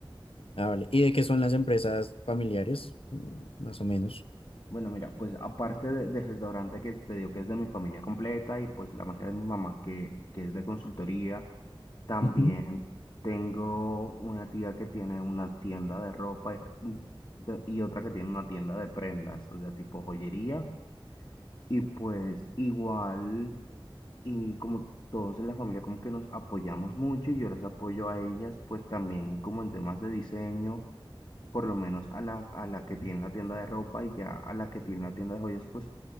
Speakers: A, on the left (about 85°); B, on the left (about 50°).
A: Ah, vale. ¿Y de qué son las empresas familiares? Mm, Más o menos.
B: Bueno, mira, pues aparte de- del restaurante que te digo que es de mi familia completa y pues la marca de mi mamá que, que es de consultoría, también
A: Ujú.
B: tengo una tía que tiene una tienda de ropa mm, y otra que tiene una tienda de prendas, o sea, tipo joyería. Y pues igual, y como todos en la familia como que nos apoyamos mucho y yo las apoyo a ellas, pues también como en temas de diseño. por lo menos a la, a la que tiene la tienda de ropa y ya a la que tiene la tienda de joyas, pues